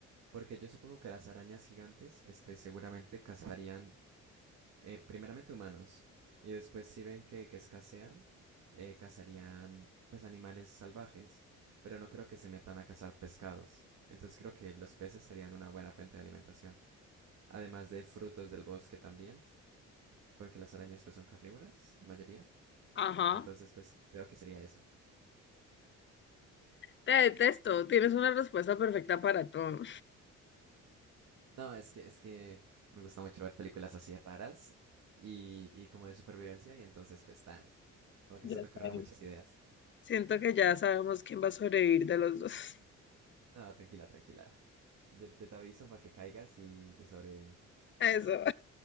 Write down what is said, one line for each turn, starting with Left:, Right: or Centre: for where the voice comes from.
Right: porque yo supongo que las arañas gigantes, este, seguramente cazarían Eh, primeramente humanos, y después si ven que, que escasean, eh, cazarían pues animales salvajes, pero no creo que se metan a cazar pescados. Entonces creo que los peces serían una buena fuente de alimentación. Además de frutos del bosque también, porque las arañas pues son carnívoras, la mayoría.
Left: Ajá.
Right: Entonces pues creo que sería eso.
Left: Te detesto. Tienes una respuesta perfecta para todo.
Right: No, es que, es que me gusta mucho ver películas así raras y, y como de supervivencia y entonces pues tan, como que
Left: Ya
Right: se te ocurren
Left: sabemos.
Right: muchas ideas.
Left: Siento que ya sabemos quién va a sobrevivir de los dos. <laughs>
Right: No, tranquila, tranquila. Yo, yo te aviso para que caigas y, y sobrevivimos.
Left: Eso.